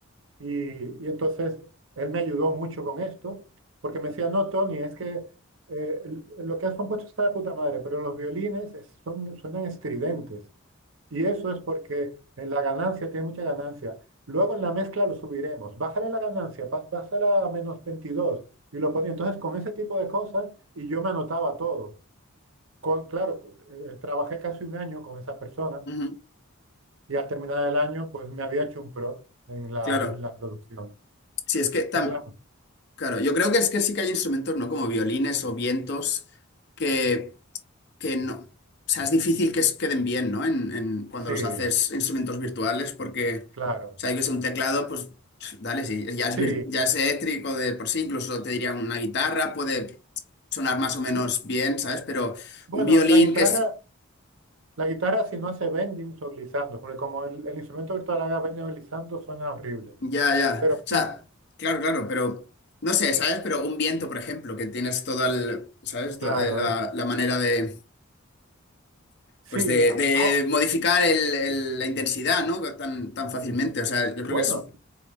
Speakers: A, on the right; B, on the left.
A: Y, y entonces él me ayudó mucho con esto, porque me decía, no, Tony, es que eh, el- lo que has compuesto está de puta madre, pero los violines es- son, suenan estridentes. Y eso es porque en la ganancia tiene mucha ganancia. Luego en la mezcla lo subiremos. Bájale la ganancia, pas- bájala a menos veintidós Y lo ponía. Entonces con ese tipo de cosas, y yo me anotaba todo. Con, claro, eh, trabajé casi un año con esa persona
B: Ujú,
A: y al terminar el año, pues me había hecho un pro en la,
B: Claro.
A: en la producción.
B: Sí, es que tam-
A: Es la,
B: Claro, yo creo que es que sí que hay instrumentos, ¿no? Como violines o vientos que, que no. O sea, es difícil que es- queden bien, ¿no? En, en- cuando
A: Sí,
B: los haces instrumentos virtuales, porque,
A: claro.
B: o sea, yo que sé, un teclado, pues, pf, dale, sí, ya es,
A: Sí,
B: vir- ya es eléctrico de por sí, incluso te diría una guitarra, puede sonar más o menos
A: sí.
B: bien, ¿sabes? Pero
A: Bueno,
B: un violín
A: la guitarra,
B: que es.
A: la guitarra si no hace bending o glissando, porque como el, el instrumento virtual haga bending o glissando suena horrible.
B: Ya, ya.
A: Pero
B: O sea,
A: sí,
B: claro, claro, pero. No sé, ¿sabes? Pero un viento, por ejemplo, que tienes toda el, ¿sabes?
A: claro,
B: To- eh, La,
A: es.
B: la manera de
A: Sí,
B: Pues de,
A: a-
B: de
A: a-
B: modificar el- el- la intensidad, ¿no? Tan, tan fácilmente. O sea, yo creo
A: bueno,
B: que es...